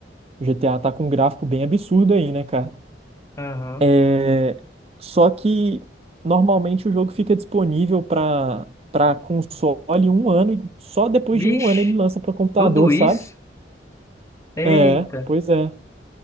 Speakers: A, on the right; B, on the left.
A: o GTA tá com um gráfico bem absurdo aí, né, cara?
B: Aham.
A: É, só que normalmente o jogo fica disponível para para console um ano e só depois
B: Vixe,
A: de um ano ele lança para computador,
B: tudo isso?
A: sabe? É,
B: Eita,
A: pois é.